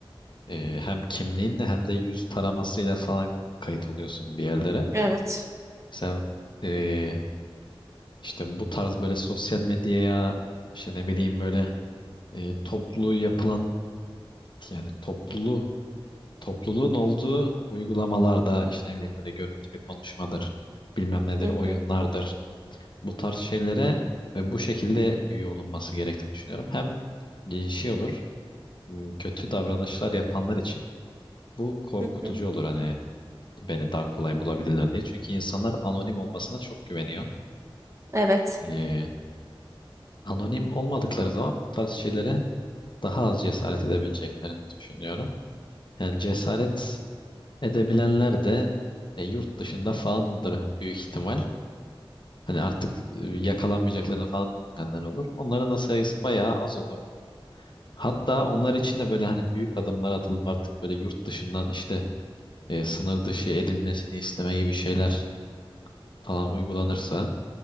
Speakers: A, on the left; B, on the right.
A: E, hem kimliğinle hem de yüz taramasıyla falan kayıt oluyorsun bir yerlere.
B: evet.
A: Mesela e, işte bu tarz böyle sosyal medyaya işte ne bileyim böyle e, toplu yapılan yani topluluğu topluluğun olduğu uygulamalarda işte ne bileyim böyle görüntülü konuşmadır, bilmem nedir,
B: Hı
A: oyunlardır.
B: hı.
A: Bu tarz şeylere ve bu şekilde üye olunması gerektiğini düşünüyorum. Hem e, şey olur, m, kötü davranışlar yapanlar için bu korkutucu
B: Hı hı.
A: olur hani beni daha kolay bulabilirler diye. Çünkü insanlar anonim olmasına çok güveniyor.
B: Evet.
A: E, anonim olmadıkları zaman bu tarz şeylere daha az cesaret edebileceklerini düşünüyorum. Yani cesaret Edebilenler de e, yurt dışında falandır büyük ihtimal. Hani artık e, yakalanmayacaklarını falan düşünenler olur. Onların da sayısı bayağı az olur. Hatta onlar için de böyle hani büyük adımlar atılıp artık böyle yurt dışından işte e, sınır dışı edilmesini isteme gibi şeyler falan uygulanırsa